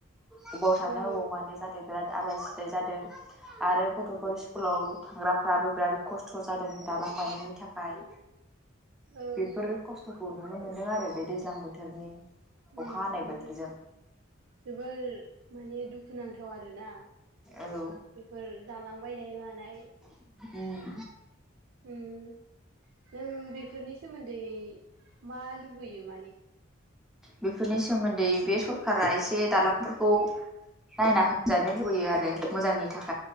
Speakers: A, in the centre; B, on the right (about 90°).
A: बबाव थानो
B: औ
A: अबाव मानो जादों बिराद आलाय सिलाय जादों आरो गथ'फोर स्कुलाव थांग्राफ्राबो बिराद खस्थ' ज जादों दालां बायनायनि थाखाय
B: औ
A: बेफोर खस्थ'खौ नुनो मोनदों आरो बे दैज्लां बोथोरनि
B: उम
A: अखा हानाय
B: उम
A: बोथोरजों
B: जोबोर माने दुखुनांथाव आरो ना
A: औ
B: बेफोर दालां बायनाय मानाय
A: उम
B: उम नों बेफोरनि सोमोन्दै मा लुबैयो माने
A: बेफोरनि सोमोन्दै बे सरखारा एसे दालांफोरखौ नायना होजानो लुुबैयो आरो मोजांनि थाखाय